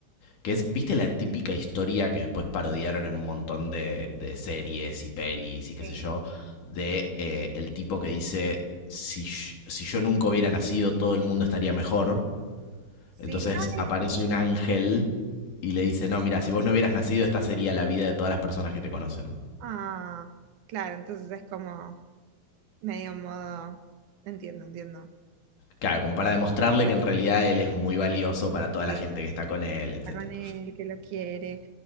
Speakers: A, on the left (about 85°); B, on the right (about 75°).
A: que es, ¿viste la típica historia que después parodiaron en un montón de, de series y pelis y qué
B: Sí.
A: sé yo? De eh, el tipo que dice, si, si yo nunca hubiera nacido, todo el mundo estaría mejor.
B: Sí,
A: Entonces
B: ay,
A: aparece
B: eh,
A: un ángel y le dice, no, mira, si vos no hubieras nacido, esta sería la vida de todas las personas que te conocen.
B: Ah, claro, entonces es como. Medio modo. Entiendo, entiendo.
A: Claro, como para demostrarle que en realidad él es muy valioso para toda
B: Sí,
A: la gente que está con él, etcétera
B: está con él, que lo quiere.